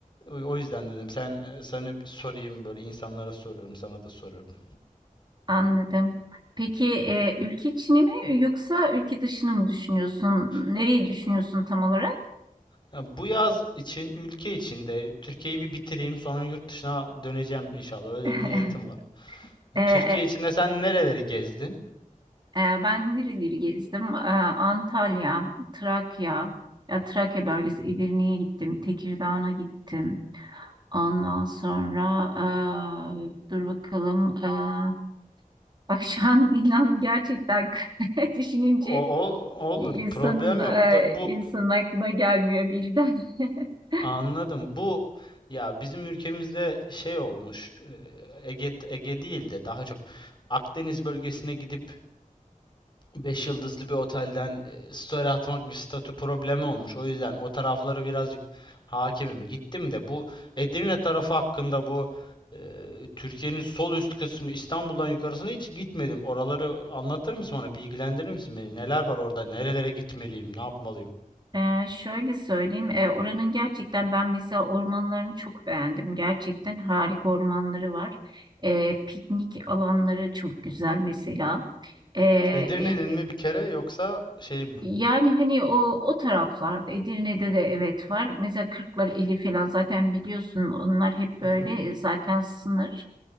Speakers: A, on the left (about 35°); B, on the right (about 30°).
A: o o yüzden dedim sen e, sana bir sorayım böyle insanlara soruyorum sana da soruyorum.
B: Anladım. Peki e, ülke içini mi yoksa ülke dışını mı düşünüyorsun? Nereyi
A: Ha,
B: düşünüyorsun
A: bu-
B: tam olarak?
A: ha, Bu yaz için ülke içinde Türkiye'yi bir bitireyim sonra yurt dışına döneceğim inşallah öyle
B: <laughs>
A: bir niyetim var. E,
B: E, e,
A: Türkiye içinde sen nereleri gezdin?
B: e, ben nereleri gezdim? E, Antalya, Trakya, ya Trakya bölgesi, Edirne'ye gittim, Tekirdağ'a gittim. Ondan sonra eee, dur bakalım. eee bak şu an <laughs> inan gerçekten <laughs> düşününce
A: O, ol- olur
B: insanın
A: problem
B: eee
A: yok da bu
B: insanın aklına gelmiyor birden. <laughs>
A: anladım bu ya bizim ülkemizde şey olmuş e, Ege Ege değil de daha çok Akdeniz bölgesine gidip Beş yıldızlı bir otelden e, story atmak bir statü problemi olmuş. O yüzden o tarafları birazcık hakimim. Gittim de bu Edirne tarafı hakkında bu e, Türkiye'nin sol üst kısmı İstanbul'dan yukarısına hiç gitmedim. Oraları anlatır mısın bana? Bilgilendirir misin beni? Neler var orada? Nerelere gitmeliyim? Ne yapmalıyım?
B: Eee, şöyle söyleyeyim. eee, oranın gerçekten ben mesela ormanlarını çok beğendim. Gerçekten harika ormanları var. Eee, piknik alanları çok güzel mesela. Ee,
A: Edirne'nin mi bir kere yoksa şey mi?
B: Yani hani o o taraflarda Edirne'de de evet var. Mesela Kırklar eli falan zaten biliyorsun onlar hep böyle
A: Hı hı.
B: e, zaten sınır.